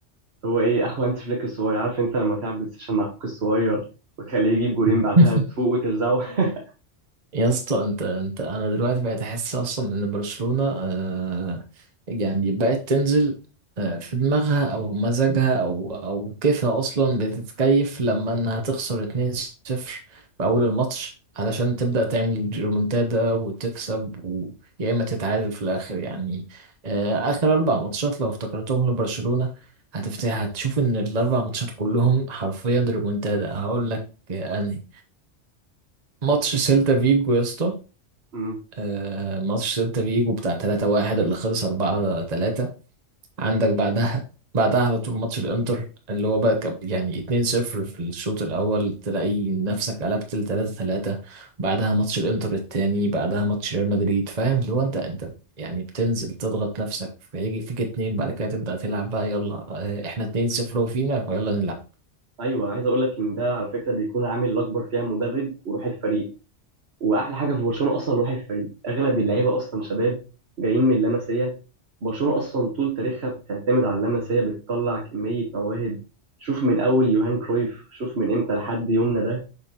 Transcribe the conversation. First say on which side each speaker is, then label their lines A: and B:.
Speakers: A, on the right; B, on the right.
A: هو ايه اخو هانس فليك الصغير عارف انت لما تلعب بلاي ستيشن مع اخوك الصغير وتخليه يجيب جولين
B: <laughs>
A: بعدها تفوق وترزعه <laughs>
B: يا اسطى انت انت انا دلوقتي بقيت احس اصلا ان برشلونة آه يعني بقت تنزل آه في دماغها او مزاجها او او كيفها اصلا بتتكيف لما انها تخسر 2-0 في اول الماتش علشان تبدأ تعمل ريمونتادا وتكسب ويا اما تتعادل في الاخر يعني آه اخر اربع ماتشات لو افتكرتهم لبرشلونة هتفتح هتشوف ان الاربع ماتشات كلهم حرفيا ريمونتادا هقول لك آه، انهي ماتش سيلتا فيجو يا اسطى
A: أمم،
B: آه، ماتش سيلتا فيجو بتاع 3-1 اللي خلص 4-3 عندك
A: أمم.
B: بعدها بعدها على طول ماتش الانتر اللي هو بقى كان- يعني 2-0 في الشوط الاول تلاقي نفسك قلبت ل 3-3 بعدها ماتش الانتر التاني بعدها ماتش ريال مدريد فاهم اللي هو انت انت يعني بتنزل تضغط نفسك فيجي فيك اتنين بعد كده تبدأ تلعب بقى يلا آه، احنا 2-0 وفينا فيلا نلعب
A: ايوه عايز اقول لك ان ده على فكره بيكون عامل الاكبر فيها مدرب وروح الفريق واحلى حاجه في برشلونه اصلا روح الفريق اغلب اللعيبه اصلا شباب جايين من اللمسيه برشلونه اصلا طول تاريخها بتعتمد على اللمسيه بتطلع كميه مواهب شوف من اول يوهان كرويف شوف من امتى لحد يومنا ده